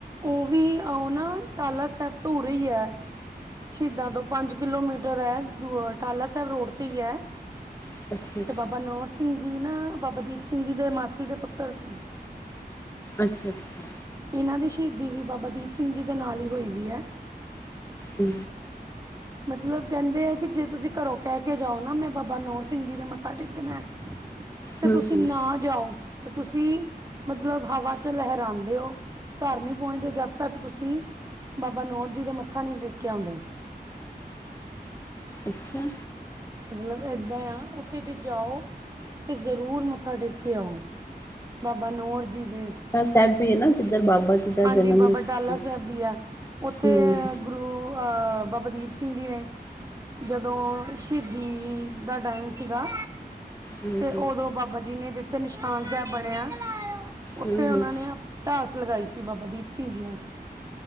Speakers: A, on the right; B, on the left.
A: ਉ ਵੀ ਉ ਨਾ ਟਾਲਾ ਸਾਹਿਬ ਤੋਂ ਉਰੇ ਈ ਐ। ਸ਼ੀਦਾਂ ਤੋਂ ਪੰਜ ਕਿਲੋਮੀਟਰ ਐ, ਟਾਲਾ ਸਾਹਿਬ ਰੋਡ ਤੇ ਈ ਐ।
B: <unintelligible>
A: ਤੇ ਬਾਬਾ ਨੌਰ ਸਿੰਘ ਜੀ ਨਾ, ਬਾਬਾ ਦੀਪ ਸਿੰਘ ਜੀ ਦੇ ਮਾਸੀ ਦੇ ਪੁੱਤਰ ਸੀ।
B: ਅੱਛਾ, ਅੱਛਾ।
A: ਇਨਾਂ ਦੀ ਸ਼ਹੀਦੀ ਵੀ ਬਾਬਾ ਦੀਪ ਸਿੰਘ ਜੀ ਦੇ ਨਾਲ ਈ ਹੋਈ ਵੀ ਐ।
B: ਹੂ,,,
A: ਮਤਲਬ ਕੈਂਦੇ ਐ ਕੇ ਜੇ ਤੁਸੀਂ ਘਰੋਂ ਕਹਿ ਕੇ ਜਾਓ ਨਾ, ਮੈਂ ਬਾਬਾ ਨੋੌਰ ਸਿੰਘ ਜੀ ਦੇ ਮੱਥਾ ਟੇਕਣਾ ਤੇ
B: ਹੂੰ
A: ਤੁਸੀਂ
B: ਹੂੰ
A: ਨਾ ਜਾਓ। ਤੇ ਤੁਸੀਂ ਮਤਲਬ ਹਵਾ ਚ ਲਹਰਾਂਦੇ ਔ। ਘਰ ਨੀ ਪੋਂਚਦੇ, ਜਦ ਤੱਕ ਤੁਸੀਂ ਬਾਬਾ ਨੋਰ ਜੀ ਦੇ ਮੱਥਾ ਨੀ ਟੇਕ ਕੇ ਆਂਦੇ।
B: ਅੱਛਾ
A: ਮਤਲਬ ਏਦਾਂ ਆਂ ਉੱਥੇ ਜੇ ਜਾਓ ਤੇ ਜ਼ਰੂਰ ਮੱਥਾ ਟੇਕ ਕੇ ਆਓ ਬਾਬਾ ਨੌਰ ਜੀ ਦੇ।
B: ਸੈਬ ਵੀ ਏ ਨਾ ਜਿੱਦਰ ਬਾਬਾ ਜੀ ਦਾ
A: ਹਾਂਜੀ
B: ਜਨਮ
A: ਬਾਬਾ
B: ਹੂੰ
A: ਟਾਲਾ ਸਾਹਿਬ ਵੀ ਐ ਔਥੇ
B: ਹੂੰ
A: ਗੁਰੂ ਅ ਬਾਬਾ ਦੀਪ ਸਿੰਘ ਜੀ ਨੇ ਜਦੋਂ ਸ਼ਹੀਦੀ ਦਾ ਟਾਈਮ ਸੀਗਾ।
B: ਹੂੰ
A: ਤੇ ਔਦੋਂ ਬਾਬਾ ਜੀ ਨੇ ਜਿੱਥੇ ਨਿਸ਼ਾਨ ਸਾਹਿਬ ਬਣਿਆ, ਔਥੇ
B: ਹੂੰ
A: ਔਨਾ ਨੇ ਟਾਸ ਲਗਾਈ ਸੀ ਬਾਬਾ ਦੀਪ ਸਿੰਘ ਜੀ ਨੇ।